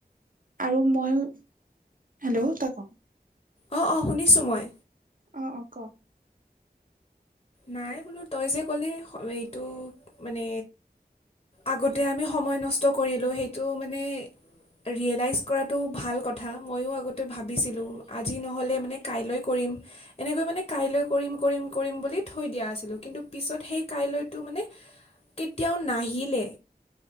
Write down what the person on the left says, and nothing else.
অহ, অহ শুনিছোঁ মই।
নাই বোলো তই যে ক'লে এইটো মানে আগতে আমি সময় নষ্ট কৰিলোঁ সেইটো মানে ৰিয়েলাইজ কৰাটো ভাল কথা ময়ো আগতে ভাবিছিলোঁ আজি নহ'লে মানে কাইলৈ কৰিম। এনেকৈ মানে কাইলৈ কৰিম কৰিম কৰিম বুলি থৈ দিয়া আছিলোঁ কিন্তু পিছত সেই কাইলৈটো মানে কেতিয়াও নাহিলে।